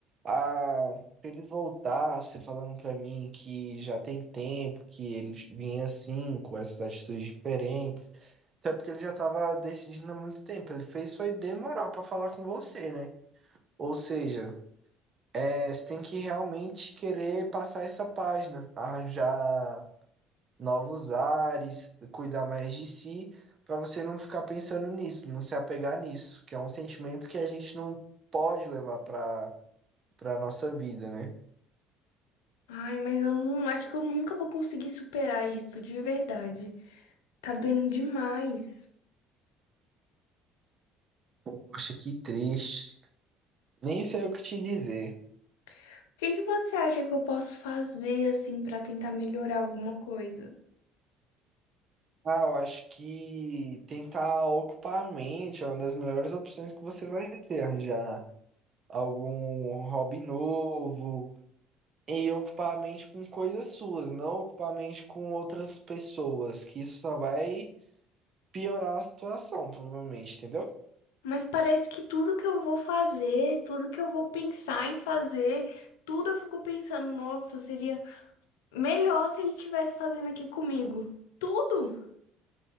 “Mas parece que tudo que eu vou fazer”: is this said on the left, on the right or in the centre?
Left